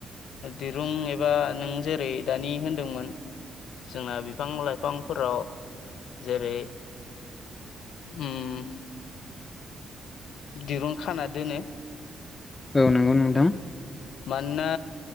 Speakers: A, on the left; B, on the left.
A: दिरुं एबा नों जेरै दानि होनदोंमोन जोंना बिफां लाइफांफोराव जेरै उम दिरुं खाना दोनो।
B: औ नंगौ नोंथां
A: मानोना